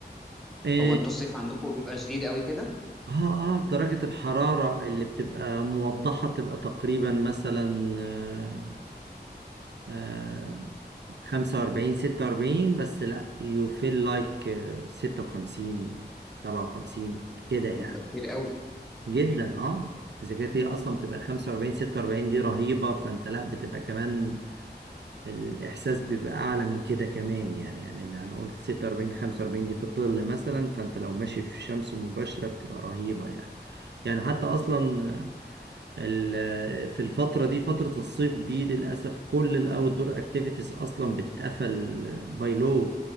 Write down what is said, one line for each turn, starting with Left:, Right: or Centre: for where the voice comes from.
Right: اه
Centre: هو انتوا الصيف عندكم بيبقى شديد قوي كده
Right: اه آه، درجة الحرارة اللي بتبقى موضحة بتبقى تقريبا مثلا آه، آه، خمسة وأربعين ستة وأربعين بس لأ you feel like آه، ستة وخمسين سبعة وخمسين كده يعني
Centre: بيبقى كتير قوي
Right: جدا
Centre: مم.
Right: اه إذا كانت هي أصلا بتبقى خمسة وأربعين ستة وأربعين دي رهيبة فأنت لأ بتبقى كمان الإحساس بيبقى أعلى من كده كمان يعني يعني اللي هنقول ستة وأربعين خمسة وأربعين دي في الظل مثلا فأنت لو ماشي في شمس مباشرة بتبقى رهيبة يعني يعني حتى أصلا ال- في الفترة دي فترة الصيف دي للأسف كل الأوت دور أكتيفيتيز أصلا بتتقفل باي لو